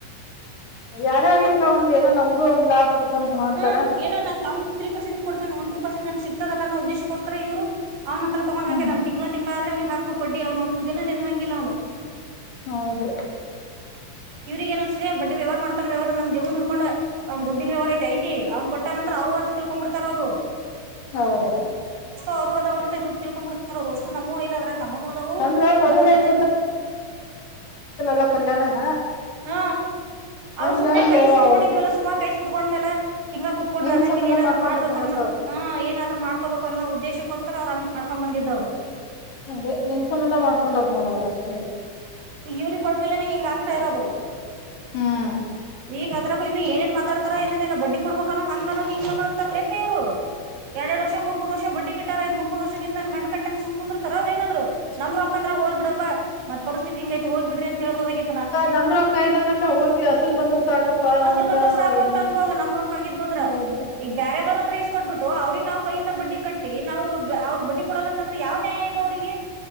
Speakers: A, on the left; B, on the right.
A: ಯಾರ ಆಗ್ಲಿಕ್ಕ ಒಂದ್ ಏನೋ ನಮ್ಗೂ ಒಂದ್ ಲಾಭ್ ಆಗತ್ತ ಅಂತ ಮಾಡ್ತಾರ
B: ಹ್ಮ್ ಏನೋ ನನ್ಗ್ ಅವ್ನ್ ತ್ರೀ ಪರಟ್ ಕೊಡ್ತ ಒ ಟ ಪರ್ಸೆಟ್ ನಂ ಸಿಕ್ತದಲ್ಲ ಅದ್ದೇಶಕ್ಕೋಸ್ಕ ಇವ್ ಅವ್ ಹತ್ರ ತಗೊಂಡ್
A: ಹ್ಮ್
B: ಹಕ ನ ತಿಂಗಳ ತಿಂಗಳ ಅವ್ನಿಗೆ ಹಾಕ್ಬೇಕಕ್ ಬಡ್ಡಿ ಅವ್ನು ಒಂದ್ ದಿನ ನಿಂದಂಗಿಲ್ಲ ಅವನು
A: ಹೌದು
B: ಇವ್ರಿಗೆಗ ನ್ ಅನ್ಸತದೆ ಬಡ್ಡಿ ವ್ಯವಹಾರ ಮಾಡ್ತಾನ ವ್ಯವಾರ ನಮ್ ಜಗ ನೋಡ್ಕೊಂಡ್ ಅವ್ ದುಡ್ಡಿನ ವವಾರ ಐತ ಐತಿ ಅವ್ನ್ ಕೊಟ್ಟಾರ ಅಂದ್ರ ಅವರು ಅಂತ ತಿಳ್ಕೊಂಡ್ ಬಿಡ್ತಾರ ಅವರು
A: ಹೌದಪ್ಪ
B: ಅವರು ಅ ತಗ ತಿಳ್ಕೊಂಡ್ ಬಿಡ್ತಾರ ಅವರು ಅಷ್ಟು ನಮ್ಮೂ ಇಲ್ಲ ಅದ್ರಾಗ ನಮ್ಮೂ ನೋದವು
A: ಅಂದ್ರ ಮೊದಲ್
B: ಮತ್ತ ಸಚಿನ್
A: ಏನ್ ಕಲ್ಲ ನ
B: ಹ್ಮ ಅವ್
A: ಹಂಗಾಗಿ
B: ಸುಮ್ನೆ ಕೈ ಸುಟ್ಕೊಂಡಿದ್ವಲ್ಲ
A: ಅವ್ರ್
B: ಸುಮ್ಮ ಕೈ ಸುಟ್ಕೊಂಡ್ಮ್ಯಲೆ ತಿಂಗಾ ಕುತ್ಕೊಂಡ್ರ
A: ನಿನ್
B: ಆ ಹಾಗಂಗಿಲ್ಲ
A: ಸಂಬಂಧ
B: ಏನಾದ್ರು
A: ಮಾಡ್ಕೊಂಡ್ರ
B: ಮಾಡಬೇಕ
A: ನೋಡಕ್
B: ಅನ್ನ
A: ಅವ್ರ
B: ಹ್ ಏನಾದ್ ಮಾಡ್ಕೋಬೇಕುನ್ನೋ ಉದ್ದೇಶಕ್ಕೋಕ ಕರ್ ಅವ್ರ ಹಂಗ್ ಮಾಡ್ಕೊಂಡ್ ಬಂದಿದ್ದ್ರು
A: ಅದೇ ನಿನ್ ಸಂಬಂಧ ಮಾಡ್ಕೊಂಡರು ನೋಡವರು ಅಷ್ಟೇ ಈಗ
B: ಈಗ ಇವ್ರಿಗೆ ಕೊಟ್ಟ್ಮೇಲೆನೆ ಹಿಂಗ ಆಗ್ತಾ ಇರೋದು
A: ಹ್ಮ್
B: ಈಗ ಅದ್ರಾಗು ಇನ್ನು ಏನ್ ಮಾತಾಡ್ತಾರ ಏನೆಲ್ಲ ಬಡ್ಡಿ ಕೊಡ್ಬೇಕಾನ ಹಂಗಾನೋ ಹಿಂಗಾನೋ ಅಂತ ಲೇಪಿರು ಎರಡು ವರ್ಷ ಮೂರುರ್ ಬಡ್ಡಿ ಬಿಟ್ಟಾರಐ ಮೂರು ವರ್ಷಿಂದ ನನ್ ಗಂಡ ಕಟ್ಟ ಸುಕುಂದರ್ ತಾರ ಅವ್ರ ನಾದ್ರು ನಮ್ರ ಅಪ್ಪಂದ್ರ ಹೋಲ್ ಬಿಡಪ್ಪತ್ ಪರಿಸ್ಥಿತಿ ಹಂಗ ಐತಿ ಹೋಲ್ ಬಿರಿ ಅಂತ ಹೇಬೋದಾಗಿ
A: ನಮ್ರ ಕಾಯ್ದ ಅಂದ್ರಕ್ಕ ಹೋಗ್ಲಿ ಅಸಲ್ ಬಂದ್ರ ಸಾಕಪ್ಪಾ
B: ಅಸಲ್
A: ಅಂತ
B: ಬಂದ್ರ ಸಾಕು
A: ಇದಮ್ಮ
B: ಅಂತ ಅನ್ಬೋದು ನಮ್ ರೊಕ್ಕ ಆಗಿದ್ವು ಅಂದ್ರ
A: ಹೌದ್ರ
B: ಈಗ ಬೇರೆದವರತ್ರ ಈಸ್ಕಟ್ಬಟ್ಟು ಅವ್ರಿಗೆ ನಾವ್ ಕೈಯಿಂದ ಬಡ್ಡಿ ಕಟ್ಟಿ ನಾವು ಅವ್ರರು ಬಡ್ಡಿ ಕೊಡಲ್ಲ ಅಂತಂದ್ರೆ ಯಾವ್ ನ್ಯಾಯ ಇದು ಅವ್ರಿಗೆ